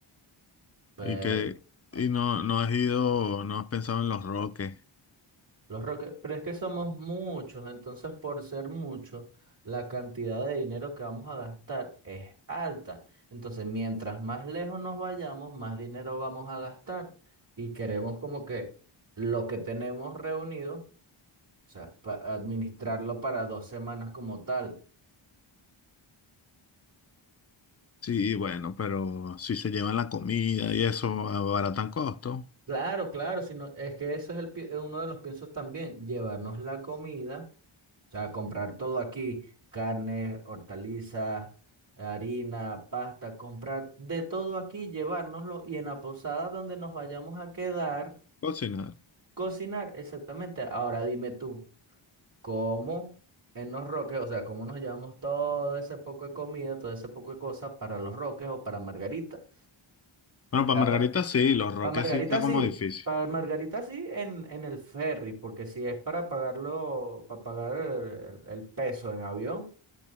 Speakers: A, on the right; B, on the left.
A: Pero
B: Y que...
A: ah,
B: Y no, no has ido, no has pensado en los roques.
A: los roques, pero es que somos muchos, entonces por ser muchos, la cantidad de dinero que vamos a gastar es alta. Entonces, mientras más lejos nos vayamos, más dinero vamos a gastar y queremos como que lo que tenemos reunido, o sea, pa- administrarlo para dos semanas como tal.
B: Sí, bueno, pero si se llevan la comida y eso, abaratan costo.
A: Claro, claro, sino es que eso es el, pi- uno de los piensos también, llevarnos la comida O sea, comprar todo aquí, carne, hortalizas, harina, pasta, comprar de todo aquí, llevárnoslo y en la posada donde nos vayamos a quedar,
B: Cocinar.
A: cocinar exactamente. Ahora dime tú, ¿cómo en los roques, o sea, cómo nos llevamos todo ese poco de comida, todo ese poco de cosas para los roques o para Margarita?
B: Bueno,
A: O
B: para
A: sea,
B: Margarita
A: pues,
B: sí, los Roques
A: para Margarita
B: sí está como
A: sí.
B: difícil.
A: Para Margarita sí en, en el ferry, porque si es para pagarlo, para pagar el el peso en avión,